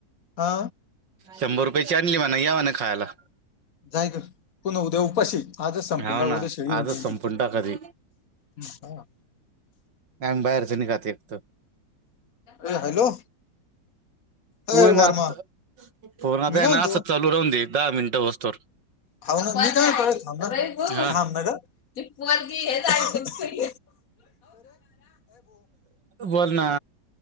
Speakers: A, on the left; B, on the right.
A: हा
B: शंभर रुपय चे आणले म्हणा या म्हणा खायला
A: जाय गं पुन्हा उद्या उपाशी आजच संपून
B: हाव
A: टाक
B: ना
A: उद्या शिळी होऊन
B: आजच
A: जाईन
B: संपून
A: ती
B: टाका ती
A: हम हा
B: अन् बाहेरच नि खाते एक तर
A: अ हॅलो
B: तू
A: ए
B: आहे
A: वर्मा
B: ना आता फोन आता
A: मी
B: आहे
A: काय म्हणतो
B: ना असंच चालू राहून देेत दहा मिनटं होसतर
A: ह्यावं ना मी काय कळ थांब ना
B: हा
A: थांब ना गं ती पोरगी हे जलती
B: बोल ना